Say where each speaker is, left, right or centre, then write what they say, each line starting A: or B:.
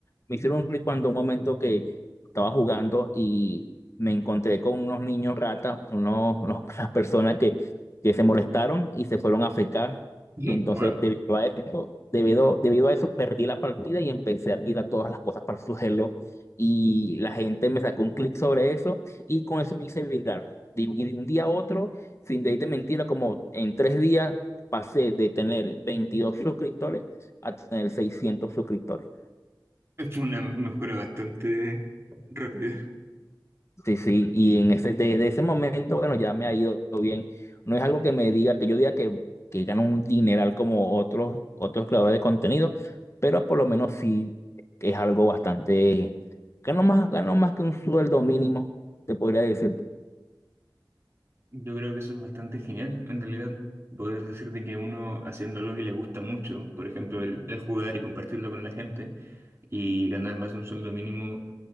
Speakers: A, on the left; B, on the right.
A: me hicieron un clic cuando un momento que estaba jugando y me encontré con unos niños ratas, unos, unos- <laughs> unas personas que, que se molestaron y se fueron a fecar.
B: <laughs>
A: Y entonces,
B: Wow.
A: debido a eso, debido, debido a eso, perdí la partida y empecé a tirar todas las cosas para el suelo. Y la gente me sacó un clic sobre eso y con eso me hice viral. De- Y de un día a otro, sin decirte mentira, como en tres días pasé de tener 22 <laughs> suscriptores a tener 600 suscriptores.
B: Fue una mejora bastante rápida.
A: Sí, sí, y en ese, desde ese momento, bueno, ya me ha ido bien. No es algo que me diga, que yo diga que, que gano un dineral como otros, otros creadores de contenido, pero por lo menos sí es algo bastante, gano más, gano más que un sueldo mínimo, te podría decir.
B: Yo creo que eso es bastante genial, en realidad. Poder decir de que uno haciendo algo que le gusta mucho, por ejemplo, el, el jugar y compartirlo con la gente, y ganar más de un sueldo mínimo,